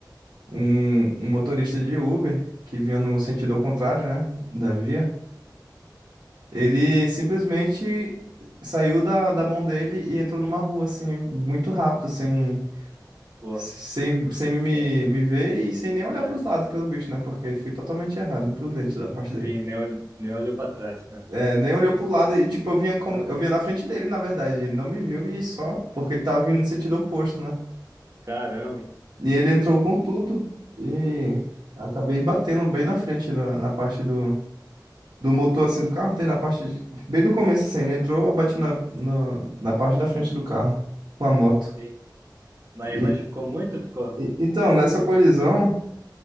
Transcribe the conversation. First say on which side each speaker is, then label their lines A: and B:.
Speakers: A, on the right; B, on the right.
A: um, um motorista de Uber, que vinha no sentido ao contrário, né, da via, ele simplesmente saiu da, da mão dele e entrou numa rua, assim, muito rápido, assim
B: Pô,
A: Sem, sem me,
B: né?
A: me ver e sem nem olhar
B: é,
A: pros lados, pelo visto, né? Porque ele foi totalmente errado, imprudente da parte
B: sim,
A: dele.
B: nem olhou, nem olhou pra trás, né?
A: É, nem olhou pro lado e, tipo, eu vinha, como,
B: <laughs>
A: eu vinha na frente dele, na verdade. Ele não me viu e só, porque ele tava vindo no sentido oposto, né?
B: Caramba,
A: E ele entrou com tudo e eu acabei batendo bem na frente, da, na parte do, do motor, assim, do carro. Tem na parte, de- bem do começo, assim. Ele entrou, eu bati na, no- na parte da frente do carro, com a moto.
B: sim. Mas
A: E,
B: machucou muito? Ficou?
A: e- então, nessa colisão.
B: Como que foi?